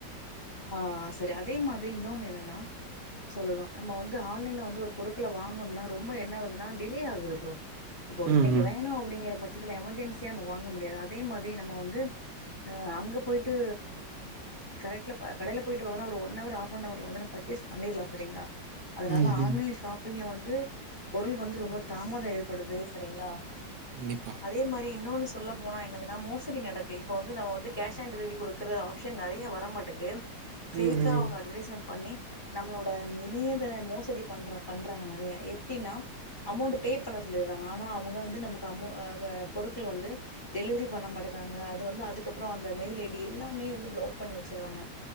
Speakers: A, on the left; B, on the right.
A: அ செரி அதே மாதுரி இன்னொன்னு என்னன்னா சொல்லணும் நம்ம வந்து ஆன்லைன்ல வந்து ஒரு பொருட்களை வாங்கணுனா ரொம்ப என்ன ஆகுதுன்னா டிலே ஆகுது ப்ரோ இப்போ
B: ம்,
A: இன்னிக்கு
B: ம்.
A: வேணும் அப்டிங்கிற பட்ஷ இதுல எமர்ஜென்சியா நம்ம வாங்க முடியாது அதே மாதிரி நம்ம வந்து அங்க போய்ட்டு கரெக்ட்ல கடைல போய்ட்டு வாங்கனா ஒரு ஒன் அவர் ஆஃப் அன் அவர்ல வந்து நம்ம பர்சேஸ் பண்ணிர்லா செரிங்களா அதனால
B: ம்ஹ்ம்.
A: ஆன்லைன் ஷாப் நீங்க வந்து பொருள் வந்து ரொம்ப தாமதம் ஏற்படுது செரிங்களா
B: கண்டிப்பா.
A: அதே மாரி இன்னொன் சொல்ல போனா என்னதுன்ன மோசடி நடக்கு இப்ப வந்து நம்ம வந்து கேஷ் ஆன் டெலிவரி கொடுக்ற ஆப்ஷன் நிறைய வரமாட்டேங் ஏம் ஃபேக்கா
B: ம், ம்.
A: அவங்க அட்வர்டைஸ்மெண்ட் பண்ணி நம்மளோட இணையதள மோசடி பண்ற பண்றாங்க நிறைய எப்டின்னா அமௌண்ட் பே பண்ண சொல்லிடுறாங்க ஆனா அவங்க வந்து நமக்கு அமௌ ஹ் பொருட்கள் வந்து டெலிவ்ரி பண்ண மாட்டேங்கறாங்க அது வந்து அதுக்கப்புறம் அந்த மெயில் ஐடி எல்லாமே வந்து பிளாக் பண்ணி வச்சுடுறாங்க